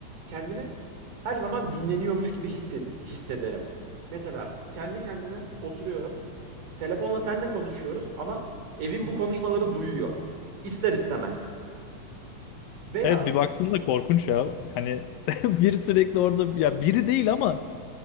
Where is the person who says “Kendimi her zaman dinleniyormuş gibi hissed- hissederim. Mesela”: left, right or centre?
Right